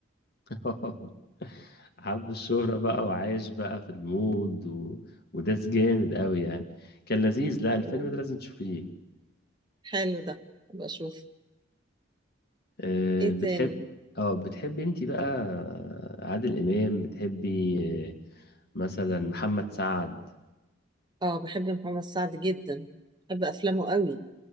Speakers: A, on the left; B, on the right.
A: <laughs> حب الشهرة بقى وعايش بقى في المود و... وداس جامد قوي يعني كان لذيذ لا الفيلم
B: مم.
A: ده لازم تشوفيه
B: حلو ده ابقى اشوف
A: أه
B: ايه
A: بتحب
B: تاني
A: اه بتحبي انتي بقى عادل امام بتحبي آه، مثلا محمد سعد
B: اه بحب محمد سعد جدا بحب افلامه قوي